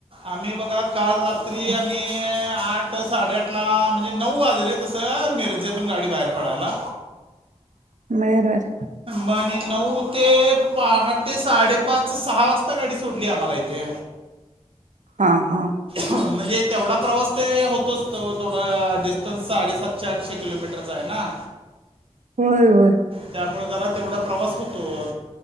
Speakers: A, on the right; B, on the right.
A: आम्हीं बघां कांल रात्रीं
B: <unintelligible>
A: आंठ साडेआंठ लां म्हणजे नऊ वाजले तसं मीरजेतूंन गांडी बाहेर पडायंला
B: मयां गांडीत
A: बां आणि नऊ ते पहाटे साडेपांच सहां वाजंता गांडी सोडली आहे आम्हांला इथे
B: हां हां
A: म्हणंजे तेवढां प्रवांस ते होतोचं तं थोडां डिस्टन्स साडेसातं चारशे किलोमीटरचां आहे नां
B: होयं होयं
A: त्यांमुळें जरां तेवढां प्रवांस होतों